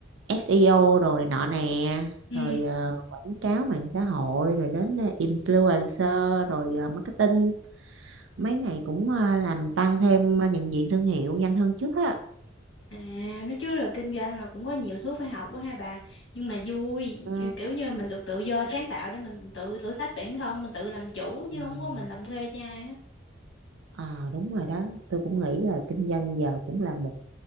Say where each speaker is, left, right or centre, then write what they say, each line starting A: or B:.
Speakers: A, on the right; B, on the left.
A: SEO rồi nọ nè
B: Ừ.
A: rồi ờ, quảng cáo mạng xã hội rồi đến ờ, influencer rồi ờ, marketing mấy này cũng ờ, làm tăng thêm ờ, nhận diện thương hiệu nhanh hơn trước á
B: À, nói chứ là kinh doanh là cũng có nhiều thứ phải học quá ha bà. Nhưng mà vui,
A: Ừ.
B: kiểu như mình được tự do sáng tạo để mình tự thử thách bản thân, mình tự làm chủ chứ
A: Ờ
B: không có mình làm thuê cho ai á.
A: Ờ, đúng rồi đó tôi cũng nghĩ là kinh doanh giờ cũng là một